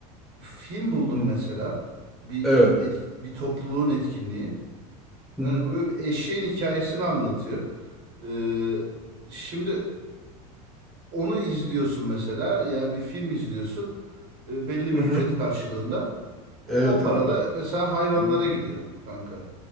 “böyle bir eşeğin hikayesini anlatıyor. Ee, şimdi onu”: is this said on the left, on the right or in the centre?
Right